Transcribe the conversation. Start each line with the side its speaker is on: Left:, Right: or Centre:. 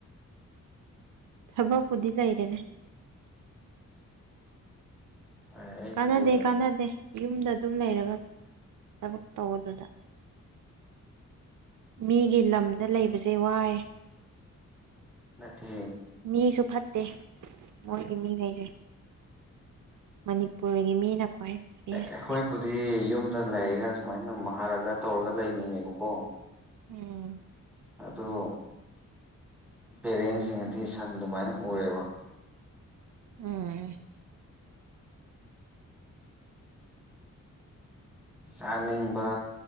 Right: ꯊꯕꯛꯄꯨꯗꯤ ꯂꯩꯔꯦꯅꯦ
Centre: ꯑꯩꯒꯤ
Right: ꯀꯥꯟꯅꯗꯦ ꯀꯥꯟꯅꯗꯦ ꯌꯨꯝꯗ ꯑꯗꯨꯝ ꯂꯩꯔꯒ ꯊꯕꯛ ꯇꯧꯕ ꯑꯗꯨꯗ ꯃꯤꯒꯤ ꯂꯝꯗ ꯂꯩꯕꯁꯦ ꯋꯥꯏ
Centre: ꯅꯠꯇ
Right: ꯃꯤꯁꯨ ꯐꯠꯇꯦ ꯃꯣꯏꯒꯤ ꯃꯤꯉꯩꯁꯦ ꯃꯅꯤꯄꯨꯔꯒꯤ ꯃꯤꯅ ꯈ꯭ꯋꯥꯏ ꯕꯦꯁꯅꯦ
Centre: ꯑꯩꯈꯣꯏꯕꯨꯗꯤ ꯌꯨꯝꯗ ꯂꯩꯔꯒ ꯁꯨꯃꯥꯏꯅ ꯃꯍꯥꯔꯥꯖꯥ ꯇꯧꯔꯒ ꯂꯩꯅꯤꯡꯉꯦꯕꯀꯣ
Right: ꯑꯣꯝ
Centre: ꯑꯗꯨ ꯄꯦꯔꯦꯟꯁꯤꯡꯅꯗꯤ ꯁꯟ ꯑꯗꯨꯃꯥꯏꯅ ꯎꯔꯦꯕ
Right: ꯎꯝ
Centre: ꯆꯥꯅꯤꯡꯕ